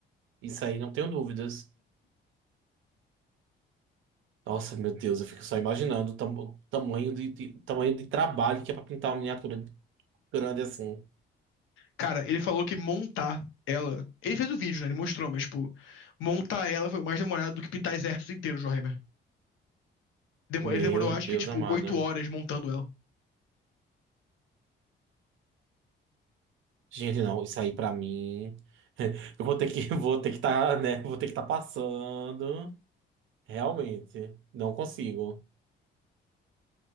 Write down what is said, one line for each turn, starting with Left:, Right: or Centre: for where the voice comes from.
Right: Isso aí não tenho dúvidas. Nossa, meu Deus, eu fico só imaginando o tam- o tamanho de, de- o tamanho de trabalho que é pra pintar uma miniatura grande assim.
Left: Cara, ele falou que montar ela. Ele fez o vídeo, né? Ele mostrou, mas, tipo, montar ela foi mais demorado do que pintar exércitos inteiros de Warhammer. Demo-
Right: Meu
Left: Ele demorou, acho
Right: Deus
Left: que, tipo,
Right: amado.
Left: oito horas montando ela.
Right: Gente, não, isso aí pra mim. <laughs> Eu vou ter que <laughs> vou ter que estar, né? Vou ter que estar passando. Realmente, não consigo.